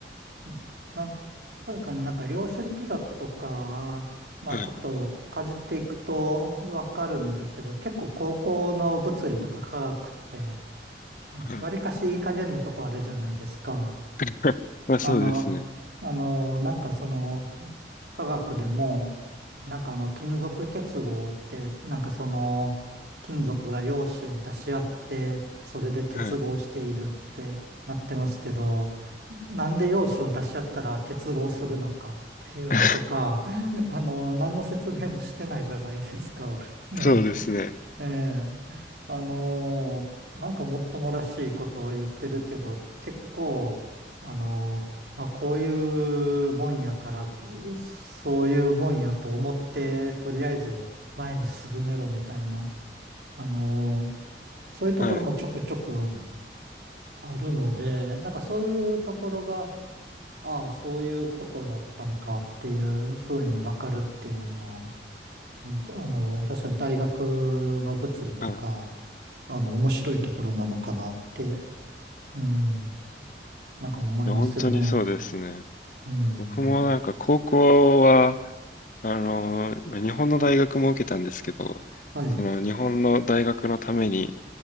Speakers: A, on the right; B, on the left.
A: ーうんなん、確かになんか量子力学とか、まあちょっとかじっていくとわかるんだけど、
B: はい、
A: 結構高校の物理とか科学って、
B: はい。
A: わりかしいい加減なとこあるじゃないですか。
B: <laughs> まあそうですね。
A: あの、あの、なんかその、科学でも、なんかあの、金属結合って、なんかその、金属が陽子を出し合って、それで結合しているってなってますけど、
B: はい。
A: なんで要旨を出しちゃったら結合するのかっていうのとか、
B: <laughs>
A: <laughs> あの、何の説明もしてないじゃないですか。<laughs> ね
B: そうですね。
A: え。ええあのーなんかもっともらしいことを言ってるけど、結構、あのーまあ、こういうもんやから、うそういうもんやと思って、とりあえず前に進めろみたいな、あのーそういうところもちょくちょく
B: はい。
A: あるので、なんかそういうところが、ああ、そういうことだったんかっていうふうにわかるっていうのは、ね、あの、確かに大学の物理とか、
B: はい。い
A: あの、面白いところなのかなって、うん、なんか思いますよね。
B: や、本当にそうですね。
A: うん。
B: 僕もなんか高校は、あの、まあ日本の大学も受けたんですけど、
A: はい。
B: その日本の大学のために